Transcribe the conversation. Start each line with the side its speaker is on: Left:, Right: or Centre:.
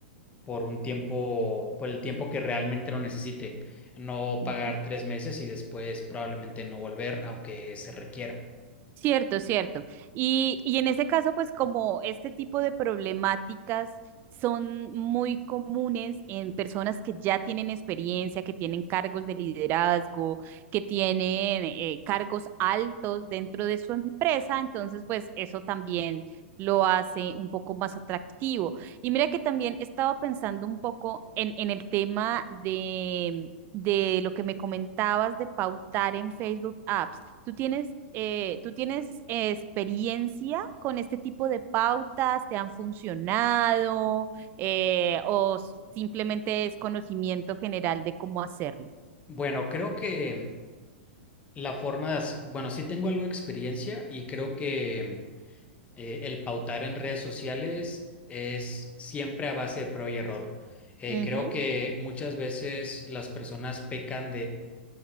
Left: por un tiempo, por el tiempo que realmente lo necesite. No
Right: Ujú.
Left: pagar tres meses y después probablemente no volver, aunque se requiera.
Right: Cierto, cierto. Y, y en ese caso, pues como este tipo de problemáticas son muy comunes en personas que ya tienen experiencia, que tienen cargos de liderazgo, que tienen eh, cargos altos dentro de su empresa, entonces pues eso también lo hace un poco más atractivo. Y mira que también estaba pensando un poco en, en el tema de, de lo que me comentabas de pautar en Facebook Ads. ¿Tú tienes, eh, tú tienes eh, experiencia con este tipo de pautas? ¿Te han funcionado? Eh, ¿o simplemente es conocimiento general de cómo hacerlo?
Left: Bueno, creo que la forma de, hac- bueno, sí tengo algo de experiencia y creo que eh, el pautar en redes sociales es siempre a base de prueba y error. Eh,
Right: Ujú,
Left: creo que muchas veces las personas pecan